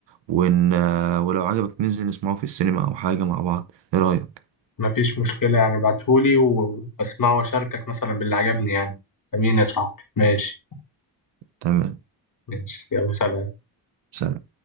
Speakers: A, on the right (about 70°); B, on the left (about 45°).
A: ون... ولو عجبك ننزل نسمعه في السينما او حاجه مع بعض ايه رايك
B: مفيش مشكلة يعني بعتهولي وأسمعه وأشاركك مثلا باللي عجبني يعني أمين يا صاحبي ماشي
A: تمام
B: ماشي يلا سلام
A: سلام